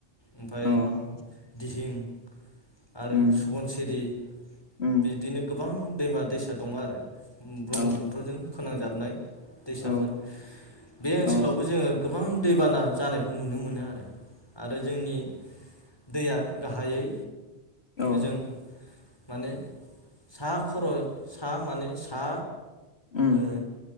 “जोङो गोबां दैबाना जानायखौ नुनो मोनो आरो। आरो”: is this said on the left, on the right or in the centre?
Left